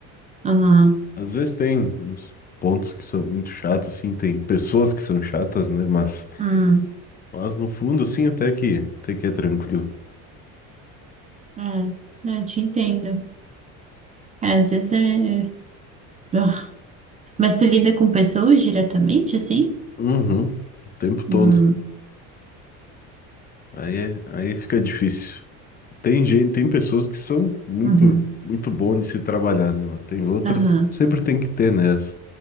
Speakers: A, on the right; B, on the left.
A: Ah.
B: Às vezes tem uns pontos que são muito chatos, assim, tem pessoas que são chatas, né? Mas,
A: Hum.
B: mas no fundo, assim, até que, até que é tranquilo.
A: É, né, eu te entendo. Às vezes é. <sighs> Mas tu lida com pessoas diretamente, assim?
B: Uhum, o tempo todo.
A: Hum,
B: Aí é, aí fica difícil. Tem gente, tem pessoas que são muito,
A: uhum,
B: muito bom de se trabalhar, né? Mas tem outras,
A: aham.
B: sempre tem que ter, né? As,